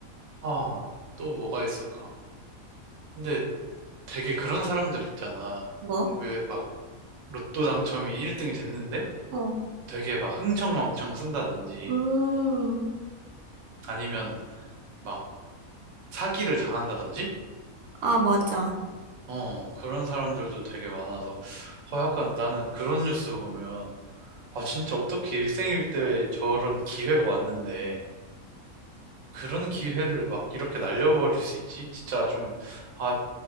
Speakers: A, on the right (about 65°); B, on the right (about 85°).
A: 아 또 뭐가 있을까 근데 되게 그런 사람들 있잖아.
B: 뭐?
A: 왜 막 로또 당첨이 1등이 됐는데
B: 어,
A: 되게 막 흥청망청 쓴다든지
B: 음,
A: 아니면 막 사기를 당한다든지?
B: 아, 맞아.
A: 어, 그런 사람들도 되게 많아서 어, 약간 나는 그런 뉴스 보면 아, 진짜 어떻게 일생일대에 저런 기회가 왔는데 그런 기회를 막 이렇게 날려버릴 수 있지? 진짜 좀, 아,